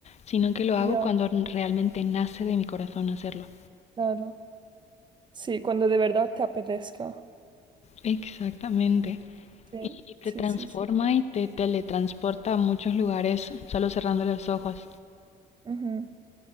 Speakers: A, on the left (about 40°); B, on the right (about 25°).
A: sino que lo
B: Ya,
A: hago cuando realmente nace de mi corazón hacerlo.
B: claro. Sí, cuando de verdad te apetezca.
A: Exactamente.
B: Sí,
A: Y, y te
B: sí,
A: transforma
B: sí, sí.
A: y te teletransporta a muchos lugares solo cerrando los ojos.
B: Ujú.